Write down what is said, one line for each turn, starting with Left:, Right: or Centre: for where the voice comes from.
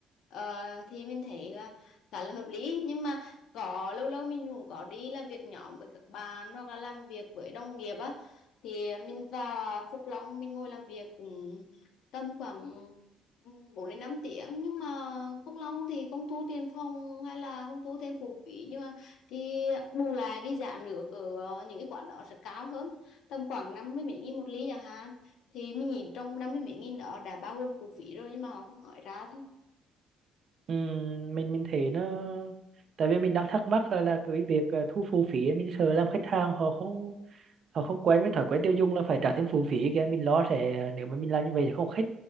Left: Ờ, thì mình thấy là khá là hợp lý nhưng mà có lâu lâu mình cũng có đi làm việc nhóm với các bạn hoặc là làm việc với đồng nghiệp á thì mình vào à, Phúc Long mình ngồi làm việc cũng tầm khoảng 4 đến 5 tiếng nhưng mà Phúc Long thì không thu tiền phòng hay là không thu thêm phụ phí nhưng mà thì bù lại cái giá nước ở những cái quán đó sẽ cao hơn tầm khoảng 50 mấy nghìn một ly chẳng hạn thì mình nhìn trong 50 mấy nghìn đó đã bao gồm phụ phí rồi nhưng mà họ không nói ra
Right: Ừm, mình mình thấy nó tại vì mình đang thắc mắc là, là cái việc ờ, thu phụ phí ấy, mình sợ làm khách hàng họ không họ không quen với thói quen tiêu dùng là phải trả thêm phụ phí kia mình lo sẽ nếu mà mình làm như vậy thì không hết